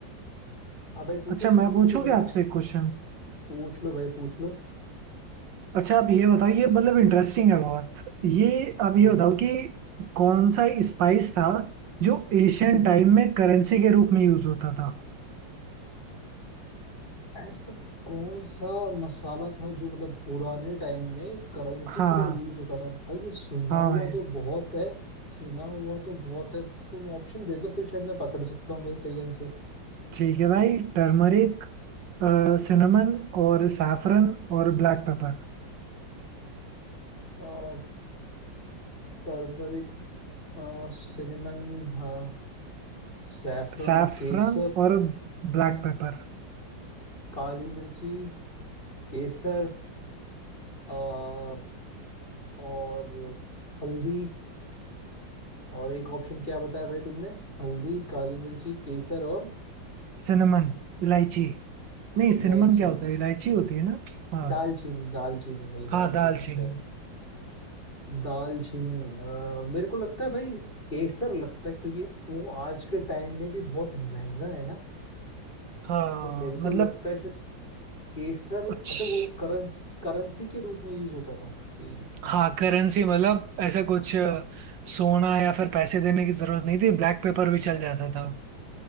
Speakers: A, on the left; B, on the right.
A: हाँ भाई पूछो
B: अच्छा
A: तुम
B: मैं
A: पूछ
B: पूछूंगा
A: लो भाई कुछ
B: आपसे एक क्वेश्चन
A: पूछ लो भाई पूछ लो
B: अच्छा आप ये बताओ ये मतलब इंटरेस्टिंग है बहुत ये आप ये
A: ठीक
B: बताओ कि कौन सा स्पाइस था जो एशियन
A: हम्म
B: टाइम
A: हम्म।
B: में करेंसी के रूप में यूज होता था
A: ऐसा कौन सा मसाला था जो मतलब पुराने टाइम में करेंसी
B: हाँ
A: की तरह यूज होता था भाई ये सुना
B: हाँ
A: हुआ
B: भाई
A: तो बहुत है सुना हुआ तो बहुत है तुम ऑप्शन दे दो फिर शायद मैं पकड़ सकता हूँ भाई सही आंसर
B: ठीक है भाई टर्मरिक सिनेमन और सैफरन और ब्लैक पेपर
A: और टर्मरिक सिनेमन हाँ सैफरन
B: सैफरन
A: केसर
B: और ब्लैक पेपर
A: काली मिर्ची केसर अ, और हल्दी और एक ऑप्शन क्या बताया भाई तुमने हल्दी काली मिर्ची केसर और
B: सिनेमन इलायची नहीं
A: इलायची
B: सिनेमन क्या होता है इलायची होती है ना हाँ
A: दालचीनी दालचीनी भाई
B: हाँ
A: दालचीनी
B: दालचीनी
A: शायद दालचीनी अ, मेरे को लगता है भाई केसर लगता है क्योंकि वो आज के टाइम में भी बहुत महंगा है ना
B: हाँ
A: तो मेरे
B: मतलब
A: को लगता है शायद केसर
B: कुछ
A: अच्छा वो करंस करेंसी के रूप में यूज होता था कि
B: हाँ करेंसी मतलब ऐसा कुछ अ, सोना या फिर पैसे देने की जरूरत नहीं थी ब्लैक पेपर भी चल जाता था